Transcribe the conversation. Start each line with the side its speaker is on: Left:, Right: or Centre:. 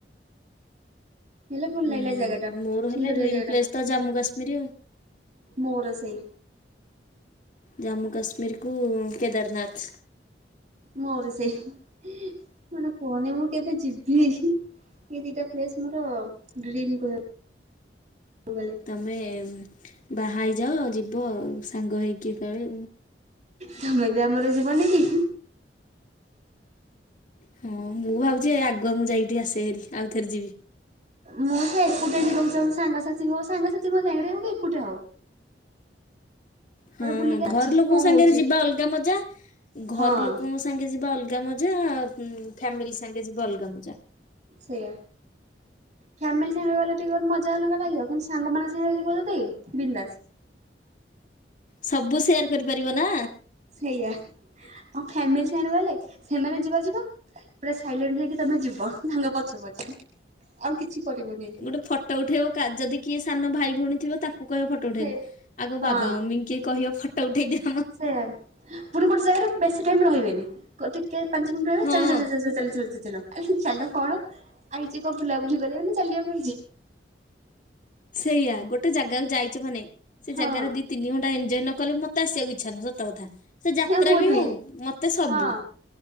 Right: ହେଲେ ଭଲ
Left: ହୁଁ
Right: ଲାଗିଲା ଏ ଜାଗାଟା
Left: ମୋର ହେଲା
Right: ସୁନ୍ଦରିଆ
Left: ଡ୍ରିମ୍
Right: ଜାଗାଟା।
Left: ପ୍ଲେସ୍ ତ ଜାମ୍ମୁ କାଶ୍ମୀର ଆଉ
Right: ମୋର ସେଇ
Left: ଜାମ୍ମୁ କାଶ୍ମୀରକୁ କେଦାରନାଥ।
Right: ମୋର ସେଇ ମାନେ କୁହନି ମୁଁ କେବେ ଯିବି ଏ ଦିଟା ପ୍ଲେସ ମୋର ଡ୍ରିମ୍ କହିବାକୁ ଗଲେ।
Left: ତମେ ବାହା ହେଇଯାଅ ଯିବ ଆଉ ସାଙ୍ଗ ହେଇକି କାଳେ।
Right: ତମେ ବି ଆମର ଯିବନି କି?
Left: ହଁ ମୁଁ ଭାବୁଛି ଆଗୁଆ ମୁଁ ଯାଇକି ଆସେ ହେରି ଆଉ ଥରେ ଯିବି।
Right: ମୁଁ ସେ ଏକୁଟିଆ ଯିବାକୁ ଚାହୁଁଛି। ସାଙ୍ଗସାଥି ହଉ ସାଙ୍ଗସାଥିଙ୍କ ସାଙ୍ଗରେ ହଉ କି ଏକୁଟିଆ ହଉ।
Left: ହଁ
Right: କୁଆଡେ ବୁଲିକି
Left: ଘର
Right: ଆଜି
Left: ଲୋକଙ୍କ
Right: କଣ
Left: ସାଙ୍ଗରେ
Right: ହଉଛି
Left: ଯିବା ଅଲଗା ମଜା ଘର
Right: ହଁ
Left: ଲୋକଙ୍କ ସାଙ୍ଗେ ଯିବା ଅଲଗା ମଜା ଫ୍ୟାମିଲି ସାଙ୍ଗେ ଯିବ ଅଲଗା ମଜା।
Right: ସେଇୟା। ଫ୍ୟାମିଲି ସାଙ୍ଗରେ ଗଲେ ଟିକେ ଗୋଟେ ମଜା ଅଲଗା ଲାଗିବ କିନ୍ତୁ ସାଙ୍ଗମାନଙ୍କ ସାଙ୍ଗେ ଯିବ ଯଦି ବିନ୍ଦାସ।
Left: ସବୁ ସେୟାର କରିପାରିବ ନା?
Right: ସେଇଆ। ଆଉ ଫାମିଲି ସାଙ୍ଗରେ ଗଲେ ସେମାନେ ଯିବା ଯିବା ପୁରା ସାଇଲେଣ୍ଟ ହେଇକି ତମେ ଯିବ ତାଙ୍କ ପଛେ ପଛେ। ଆଉ କିଛି କରିବନି ଏଠି
Left: ଗୋଟେ ଫଟୋ ଉଠେଇବ ଯଦି କିଏ ସାନ ଭାଇ ଭଉଣୀ ଥିବ ତାକୁ କହିବ ଫଟୋ ଉଠେଇବୁ
Right: ସେ
Left: ଆଗ
Right: ହଁ
Left: ବାବା ମମି ଙ୍କୁ କିଏ କହିବ ଫଟୋ ଉଠେଇ ଦିଅ।
Right: ସେଇଆ ପୁଣି ଗୋଟେ ଜାଗାରେ ବେଶୀ ଟାଇମ ରହିବେନି। ଟିକେ ପାଞ୍ଚ ମିନିଟ୍ ରହିବେ
Left: ହଁ।
Right: ଚାଲ ଚାଲ ଚାଲ ଚାଲ ଚାଲ ଚାଲ ଆରେ ଚାଲ କଣ ଆଇଛି କଣ ବୁଲାବୁଲି କରିବାକୁ ନା ଚାଲିବାକୁ ଆଇଛି।
Left: ସେଇଆ ଗୋଟେ ଜାଗାକୁ ଯାଇଛ ମାନେ ସେ
Right: ହଁ
Left: ଜାଗାରେ ଦି ତିନି ଘଣ୍ଟା ଏଞ୍ଜୟ ନ କଲେ ମତ ଆସିବାକୁ ଇଚ୍ଛା ନାହିଁ ସତ କଥା। ସେ ଯାତ୍ରା
Right: ସେଇଆ ମୋର
Left: ବି ହଉ ମତେ ସବୁ,
Right: ହଁ